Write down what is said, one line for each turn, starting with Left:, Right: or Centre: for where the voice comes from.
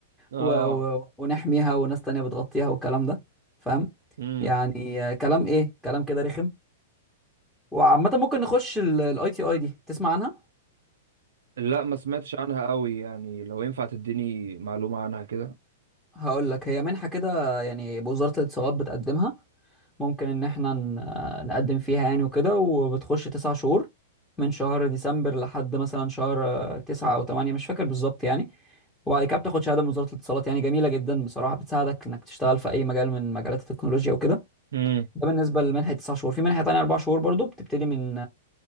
Right: آه.
Centre: و... و... ونحميها وناس تانية بتغطيها والكلام ده فاهم
Right: امم
Centre: يعني آه، كلام ايه كلام كده رخم وعامة ممكن نخش الاي تي اي دي تسمع عنها
Right: لا ما سمعتش عنها قوي يعني لو ينفع تديني معلومة عنها كده
Centre: هقول لك هي منحة كده يعني بوزارة الاتصالات بتقدمها ممكن ان احنا ن- نقدم فيها يعني وكده وبتخش تسع شهور من شهر ديسمبر لحد مثلا شهر آه، تسعة او تمانية مش فاكر بالظبط يعني وبعد كده بتاخد شهادة من وزارة الاتصالات يعني جميلة جدا بصراحة بتساعدك انك تشتغل في اي مجال من مجالات التكنولوجيا وكده
Right: امم
Centre: ده بالنسبة لمنحة تسع شهور في منحة تانية اربع شهور برضو بتبتدي من